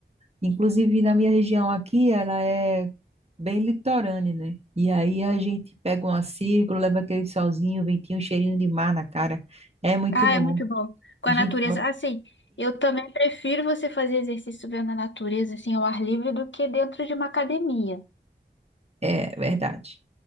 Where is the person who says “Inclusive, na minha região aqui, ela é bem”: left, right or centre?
Right